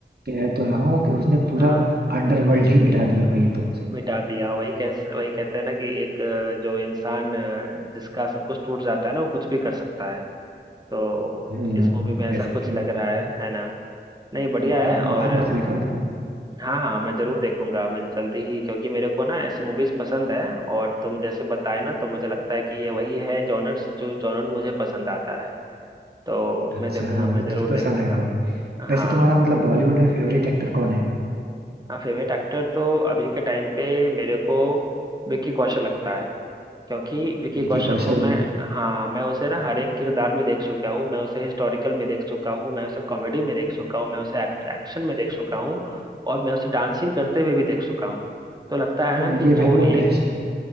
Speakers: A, on the right; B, on the right.
A: कह तो रहा हूँ कि उसने पूरा
B: हाँ
A: अंडरवर्ल्ड ही मिटा दिया भाई एकदम से
B: मिटा दिया वही कैसे वही कहते हैं ना कि एक अ, जो इंसान अ, जिसका सब कुछ टूट जाता है ना वो कुछ भी कर सकता है तो
A: हाँ,
B: इस मूवी
A: वो
B: में
A: कह
B: ऐसा कुछ
A: सकते हो
B: लग रहा है है ना नहीं बढ़िया
A: देखना
B: है
A: तुम
B: और
A: बहुत मजा आएगा भाई तुम्हें
B: हाँ हाँ मैं जरूर देखूंगा मैं जल्दी ही क्योंकि मेरे को ना ऐसी मूवीज पसंद है और तुम जैसे बताए ना तो मुझे लगता है कि ये वही है जॉनर्स जो जॉनर मुझे पसंद आता है तो
A: अच्छा
B: मैं देखूंगा
A: हाँ
B: मैं
A: वो तो
B: जरूर देखूंगा
A: पसंद आएगा भाई
B: हाँ
A: वैसे तुम्हारा मतलब बॉलीवुड में फेवरेट एक्टर कौन है
B: फेवरेट एक्टर तो अभी के टाइम पे मेरे को विकी कौशल लगता है क्योंकि विकी
A: विकी
B: कौशल
A: कौशल
B: को मैं हाँ मैं उसे ना हर एक किरदार में देख चुका हूँ मैं उसे हिस्टोरिकल में देख चुका हूँ मैं उसे कॉमेडी में देख चुका हूँ मैं उसे एक्शन में देख चुका हूँ और मैं उसे डांसिंग करते हुए भी देख चुका हूँ तो लगता है
A: हाँ
B: ना
A: ये
B: कि
A: भाई
B: जो
A: वो
B: एक
A: डैश